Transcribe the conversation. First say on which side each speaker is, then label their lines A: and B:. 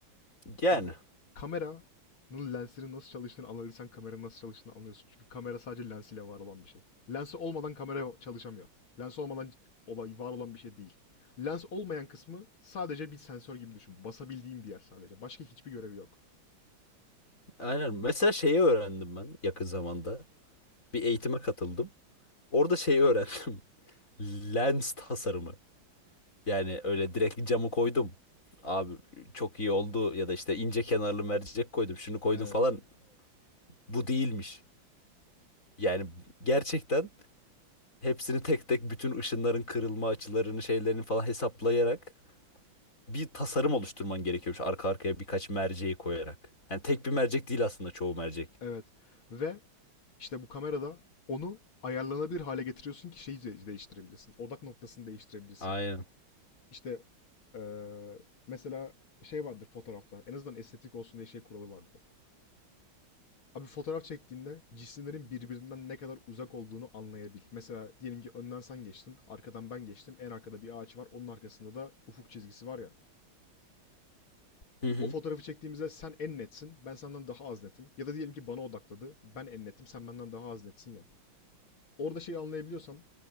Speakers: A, on the left; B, on the left.
A: Yani
B: Abi kameranın lensinin nasıl çalıştığını anlarsan kameranın nasıl çalıştığını anlıyorsun. Çünkü kamera sadece lensiyle var olan bir şey. Lensi olmadan kamera çalışamıyor. Lens olmadan olay var olan bir şey değil. Lens olmayan kısmı sadece bir sensör gibi düşün. Basabildiğin bir yer sadece. Başka hiçbir görevi yok.
A: aynen. Mesela şeyi öğrendim ben yakın zamanda. Bir eğitime katıldım. Orada şeyi öğrendim. <laughs> Lens tasarımı. Yani öyle direkt <laughs> camı koydum. Abi çok iyi oldu ya da işte ince kenarlı mercek koydum, şunu koydum
B: Evet.
A: falan. Bu değilmiş. Yani gerçekten hepsini tek tek bütün ışınların kırılma açılarını şeylerini falan hesaplayarak bir tasarım oluşturman gerekiyormuş arka arkaya birkaç merceği koyarak. Yani tek bir mercek değil aslında çoğu mercek.
B: Evet. Ve işte bu kamerada onu ayarlanabilir hale getiriyorsun ki şeyi de- değiştirebilirsin. Odak noktasını değiştirebilirsin.
A: Aynen.
B: İşte eee, mesela şey vardır fotoğrafta. En azından estetik olsun diye şey kuralı vardır. Abi fotoğraf çektiğinde cisimlerin birbirinden ne kadar uzak olduğunu anlayabil. Mesela diyelim ki önden sen geçtin, arkadan ben geçtim. En arkada bir ağaç var, onun arkasında da ufuk çizgisi var ya.
A: Hı hı.
B: O fotoğrafı çektiğimizde sen en netsin, ben senden daha az netim. Ya da diyelim ki bana odakladı, ben en netim, sen benden daha az netsin ya. Orada şeyi anlayabiliyorsan,